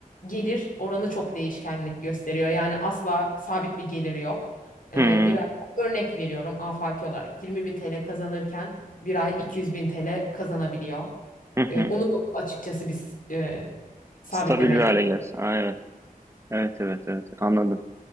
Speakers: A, on the left; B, on the right.
A: Gelir oranı çok değişkenlik gösteriyor. Yani asla sabit bir geliri yok.
B: Hıı.
A: Ee, bir ay- örnek veriyorum afaki olarak 20 bin TL kazanırken bir ay 200 bin TL kazanabiliyor.
B: Hı hı.
A: E, onu açıkçası biz e, sabitlemeye
B: Stabil bir hâle
A: çalışıyoruz.
B: gelsin. A, evet. Evet, evet, evet. Anladım.